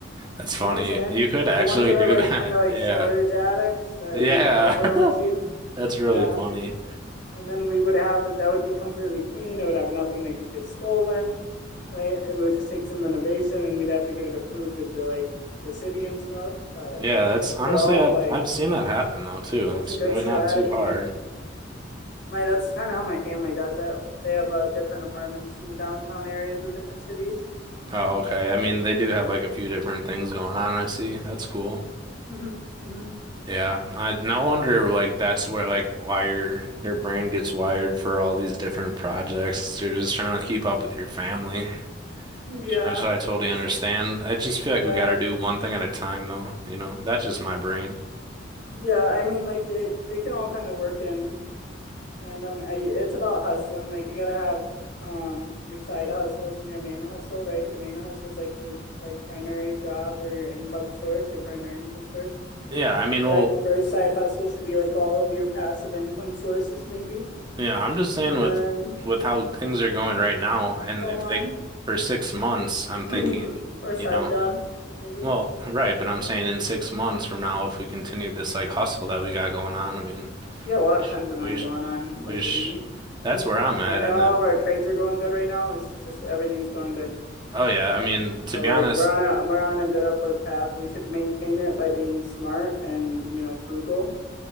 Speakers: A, on the right (about 25°); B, on the left (about 60°).
A: That's
B: You
A: funny.
B: know what I'm saying?
A: You could
B: Like
A: actually
B: the ones that
A: do
B: are like
A: <laughs> that.
B: kind of like
A: Yeah.
B: storage attics that
A: Yeah.
B: rent out for real cheap.
A: <laughs> That's really
B: Yeah.
A: funny.
B: And then we would have it, that would be completely clean. It would have nothing that could get stolen, right? It would just take some renovation and we'd have to get it approved with the like the city and stuff. But
A: Yeah, that's
B: overall,
A: honestly I've
B: like
A: I've seen that happen though too.
B: that's
A: It's
B: a good
A: really
B: strategy.
A: not too hard.
B: My that's kind of how my family does it. They have uh, different apartments in the downtown areas of different cities.
A: Oh, okay. I mean, they do have like a few different things going on, I see. That's cool.
B: Mm-hmm. Mm-hmm.
A: Yeah. I no wonder like that's where like wire your brain gets wired for all these different projects. is You're just trying to keep up with your family.
B: Yeah.
A: Which I totally understand. I just
B: Yeah,
A: feel like we gotta
B: I,
A: do one thing at a time, though. You know, that's just my brain.
B: Yeah, I mean, like they they can all kind of work in tandem. I, it's about hustling. Like you gotta have um your side hustles and your main hustle, right? Your main hustle is like your like primary job or your income source, your primary income source.
A: Yeah, I
B: Your
A: mean,
B: side,
A: well,
B: first side hustle should be like all of your passive income sources, maybe,
A: yeah, I'm just saying
B: and
A: with
B: then
A: with how things are going right now, and
B: so
A: if
B: on,
A: they for six months, I'm thinking,
B: <clears throat> or side
A: you know,
B: job, maybe.
A: well, right, but I'm saying in six months from now, if we continue this like hustle that we got going on, I mean,
B: Yeah, we'll have
A: we should,
B: tons of money
A: we should,
B: going on
A: we
B: liquidity.
A: should,
B: Mm-hmm.
A: that's where I'm at.
B: Uh, and
A: And
B: all
A: then,
B: of our trades are going good right now. It's just everything's going good.
A: oh yeah, I mean, to
B: So
A: be
B: like
A: honest,
B: we're on a we're on a good upward path. We should maintain it by being smart and you know frugal,